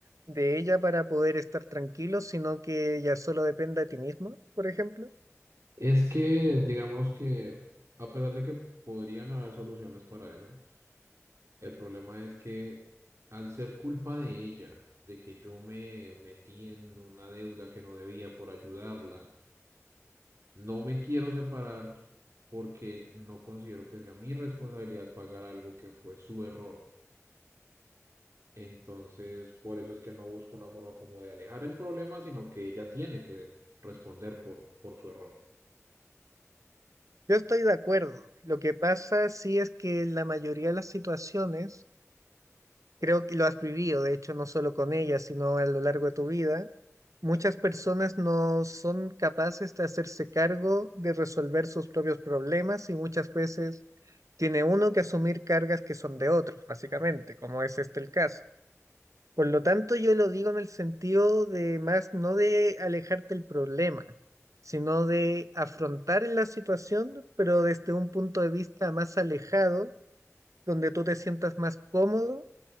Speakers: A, on the right (about 85°); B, on the right (about 65°).
A: de ella para poder estar tranquilo, sino que ya solo dependa de ti mismo, por ejemplo?
B: Es que, digamos que, a pesar de que podrían haber soluciones para eso, el problema es que al ser culpa de ella, de que yo me metí en una deuda que no debía por ayudarla, no me quiero separar porque no considero que sea mi responsabilidad pagar algo que fue su error. Entonces, por eso es que no busco una forma como de alejar el problema, sino que ella tiene que responder por, por su error.
A: Yo estoy de acuerdo. Lo que pasa sí es que en la mayoría de las situaciones, creo que lo has vivido, de hecho, no solo con ella, sino a lo largo de tu vida. Muchas personas no son capaces de hacerse cargo de resolver sus propios problemas y muchas veces tiene uno que asumir cargas que son de otros, básicamente, como es este el caso. Por lo tanto, yo lo digo en el sentido de más no de alejarte del problema, sino de afrontar la situación, pero desde un punto de vista más alejado, donde tú te sientas más cómodo